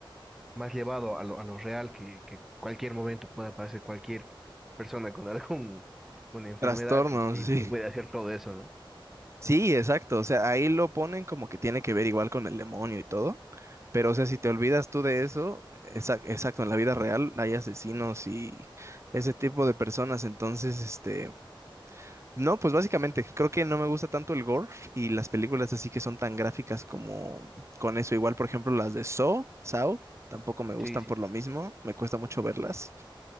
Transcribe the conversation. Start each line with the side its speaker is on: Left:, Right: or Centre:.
Centre: más llevado a lo, a lo real, que, que cualquier momento pueda aparecer cualquier persona con <laughs> algún, una enfermedad
Right: trastornos,
Centre: y,
Right: sí.
Centre: y te puede hacer
Right: <laughs>
Centre: todo eso, ¿no?
Right: Sí, exacto, o sea, ahí lo ponen como que tiene que ver igual con el demonio y todo, pero o sea, si te olvidas tú de eso, esa- exacto, en la vida real hay asesinos y ese tipo de personas, entonces, este... No, pues básicamente, creo que no me gusta tanto el gore y las películas así que son tan gráficas como con eso. Igual, por ejemplo, las de Saw, Saw, tampoco me gustan
Centre: Sí, sí,
Right: por lo mismo, me cuesta mucho verlas.